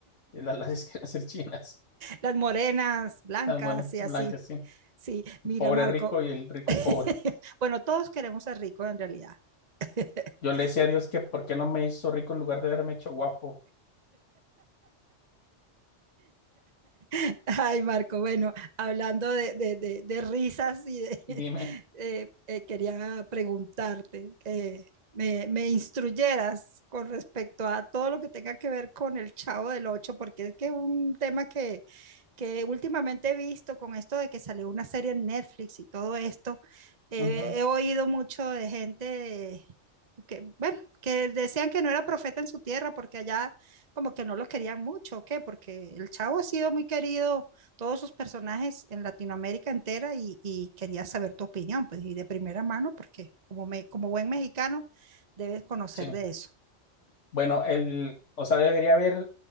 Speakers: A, on the left; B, on the right.
A: y las lacias <laughs> quieren ser chinas.
B: Las morenas, blancas
A: Ah, bueno,
B: y
A: blancas,
B: así.
A: sí. El
B: Sí, mira
A: Pobre
B: Marco.
A: rico y el rico
B: <laughs>
A: pobre.
B: Bueno, todos queremos ser ricos en realidad. <laughs>
A: Yo le decía a Dios que por qué no me hizo rico en lugar de haberme hecho guapo.
B: <laughs> Ay, Marco, bueno, hablando de, de, de, de risas y de,
A: Dime.
B: <laughs> eh, eh, quería preguntarte que me, me instruyeras con respecto a todo lo que tenga que ver con el Chavo del Ocho, porque es que es un tema que, que últimamente he visto con esto de que salió una serie en Netflix y todo esto. eh,
A: Ujú,
B: he oído mucho de gente que, bueno, que decían que no era profeta en su tierra porque allá como que no los querían mucho, ¿o qué? Porque el Chavo ha sido muy querido, todos sus personajes en Latinoamérica entera y, y quería saber tu opinión, pues, y de primera mano, porque como, me, como buen mexicano debes conocer
A: sí.
B: de eso.
A: Bueno, el, o sea, debería haber,